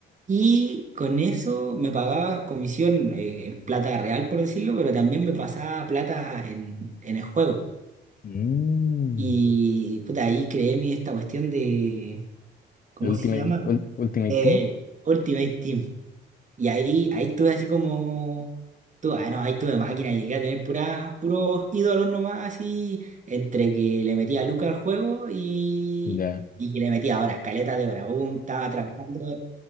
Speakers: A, on the right; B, on the left.
A: Y con eso me pagaba comisión eh, en plata real, por decirlo, pero también me pasaba plata en, en el juego.
B: Mm.
A: Y puta, ahí creé mi, esta cuestión de, ¿cómo
B: Ultimate,
A: se llama?
B: Ul- Ultimate
A: Eh,
B: Team.
A: Ultimate Team. Y ahí, ahí tuve así como, tu, ah, no, ahí tuve máquina, llegué a tener pura, puros ídolos nomás, así, entre que le metía Luca al juego y,
B: Ya,
A: y que le metía horas, caleta de horas. Hubo un- Estaba trabajando.